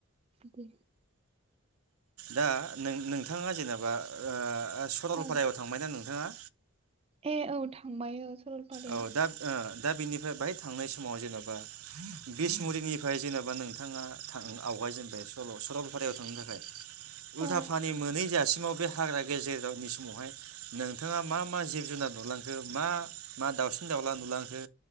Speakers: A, on the right; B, on the right.
A: दे
B: दा नो-नोंथाङा जेनेबा ओ ओ सरलपारायाव
A: औ
B: थांबायना नोंथाङा?
A: ए औ थांबाय औ सरलपारायाव
B: औ दा ओ दा बेनिफ्राय बाहाय थांनाय समाव जेनेबा बिसमुरिनिफ्राय जेनेबा नोंथाङा था आवगायजेनबाय सल सरलपारायाव थांनो थाखाय। उल्था
A: औ
B: फानि मोनै जासिम समाव बे हाग्रा गेजेरगांनि समावहाय नोंथाङा मा मा जिब जुनार नुलांखो मा मा दाउसिन-दाउला नुलांखो